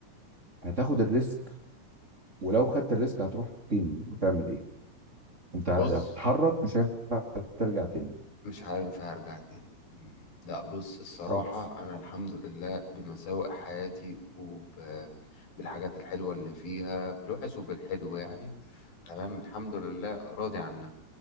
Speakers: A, on the right (about 20°); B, on the left (about 85°).
A: هتاخد الريسك ولو خدت الريسك هتروح فين وتعمل ايه انت هتتحرك
B: بص
A: مش هينفع ترجع تاني
B: مش هينفع ارجع تاني مم. لا بص الصراحة
A: خالص
B: انا الحمد لله بمساوئ حياتي وبالحاجات الحلوة اللي فيها بالوحش وبالحلو يعني تمام الحمد لله راضي عنها